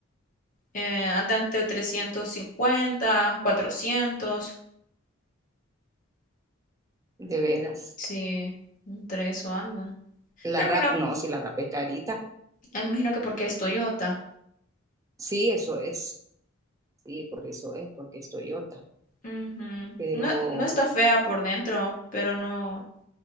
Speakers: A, on the left (about 40°); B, on the right (about 15°).
A: eh, anda entre 350, 400.
B: de veras.
A: Sí, entre eso andan. Pero
B: La
A: me
B: Rap,
A: imagino,
B: no, si la Rap es carita.
A: me imagino que porque es Toyota.
B: Sí, eso es. Sí, por eso es, porque es Toyota.
A: Ujú.
B: Pero,
A: No, no está fea por dentro, pero no,